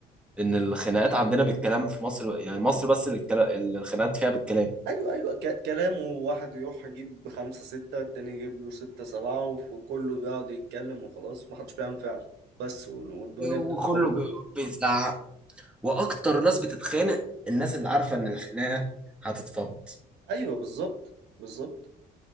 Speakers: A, in the centre; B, on the right.
A: ان الخناقات عندنا بالكلام في مصر يعني مصر بس اللي الكلا- اللي الخناقات فيها بالكلام
B: ايوه ايوه ك- كلامه واحد يروح يجيب خمسة ستة التاني يجيب له ستة سبعة وف- وكله بيقعد يتكلم وخلاص ومحدش بيعمل فعل بس وال- والدنيا
A: وكله
B: بتتفضل
A: بي- بيزعق واكتر ناس بتتخانق الناس اللي عارفه ان الخناقه هتتفض
B: ايوه بالظبط بالظبط